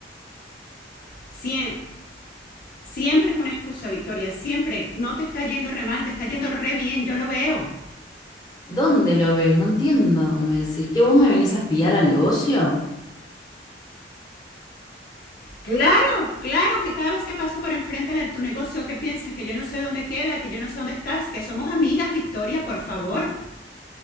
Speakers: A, on the left; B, on the left.
A: Siem- siempre es una excusa, Victoria, siempre. No te está yendo re mal, te está yendo re bien, yo lo veo.
B: ¿Dónde lo ves? No entiendo qué me decís. ¿Que vos me venís a espiar al negocio?
A: Claro, claro que cada vez que paso por enfrente de tu negocio, ¿qué piensas? Que yo no sé dónde queda, que yo no sé dónde estás, que somos amigas, Victoria, por favor.